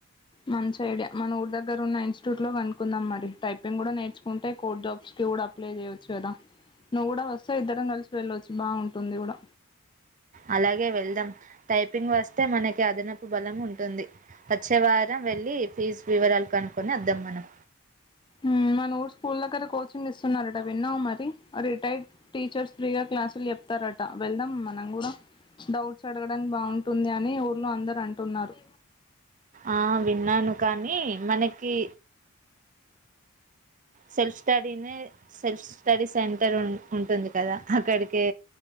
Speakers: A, on the left; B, on the right.
A: మంచి ఐడియా మనం ఊరి దగ్గర ఉన్న ఇన్స్టిట్యూట్ లో కనుకుందాం. మరి టైపింగ్ కూడా నేర్చుకుంటే, కోడ్ జాబ్స్ కి కూడా అప్లై చేయచ్చు. చూదాం నువ్వుగూడ వస్తే సో ఇద్దరం కలిసి వెళ్ళొచ్చు బాగుంటుంది కూడా
B: అలాగే వెళ్దాం. టైపింగ్ వస్తే మనకి అదనపు బలం ఉంటుంది. వచ్చే వారం వెళ్ళి, ఫీజు వివరాలు కనుక్కొని వద్దాం మనం.
A: ఉ మన ఊరు స్కూల్ దగ్గర కోచింగ్ ఇస్తున్నరట విన్నావ మరి. రిటైర్డ్ టీచర్స్ ఫ్రీగా క్లాసులు చెప్ చెతారట వెళ్దాం మనం కూడా డౌట్స్ అడగడానికి బాగుంటుంది. అని ఊర్లో అందరు అంటున్నారు.
B: ఆ విన్నాను కానీ మనకి సెల్ఫ్ స్టడీనే సెల్ఫ్ స్టడీ సెంటర్ ఉంటుంది కదా. అక్కడికే